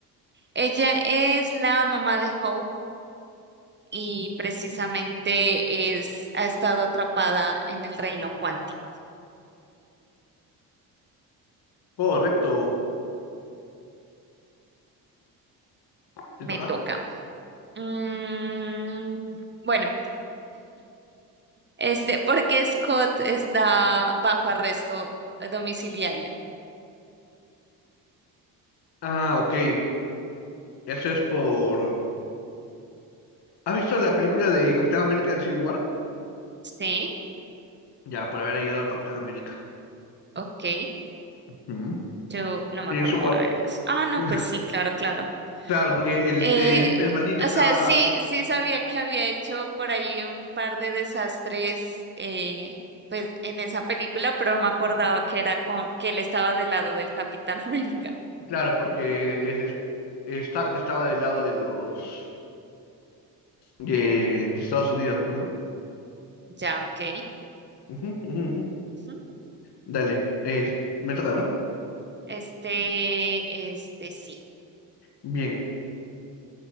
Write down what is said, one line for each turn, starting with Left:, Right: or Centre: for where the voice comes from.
Right: ella es la mamá de Hope y precisamente es, ha estado atrapada en el reino cuántico.
Left: Correcto. ¿Te
Right: Me
Left: toca?
Right: toca. Mm, bueno, este, ¿por qué Scott está bajo arresto domiciliario?
Left: Ah, ok. Eso es por... ¿Has visto la película de Capitán América en Civil War?
Right: Sí,
Left: Ya, por haber ayudado a Capitán América.
Right: ok,
Left: Ujú.
Right: yo no me
Left: Y
Right: acordaba
Left: en su cuarto...
Right: de eso. Ah, no,
Left: <laughs>
Right: pues sí, claro, claro.
Left: Claro, porque el,
Right: Eh,
Left: el, el maldito estaba...
Right: o sea, sí, sí sabía que había hecho por ahí un par de desastres, eh, pues en esa película, pero no me acordaba que era co- que él estaba del lado del Capitán <laughs> América.
Left: Claro, porque es, es- Stark estaba del lado de los... de, de Estados Unidos, pues, ¿no?
Right: Ya, ok.
Left: Ujú, ujú, ujú.
Right: Ujú.
Left: Dale, eh, te- me toca, ¿no?
Right: Este, este sí.
Left: Bien,